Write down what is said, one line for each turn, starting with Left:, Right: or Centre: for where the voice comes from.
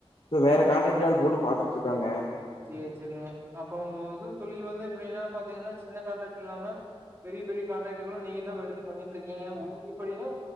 Left: இப்ப வேற கான்ட்ராக்ட ஆல் போட்டு பாத்துட்டு இருக்காங்க
Right: சேர் சேரிங்க அப்ப உங்க இது தொழில் வந்து எப்டின்னா பாத்தீங்கன்னா சின்ன கான்ட்ராக்ட் இல்லாம பெரிய பெரிய காண்ட்ராக்டுகளும் நீங்க தான் எடுத்து பண்ணிட்டு இருக்கீங்க ஊயி அப்டின்னா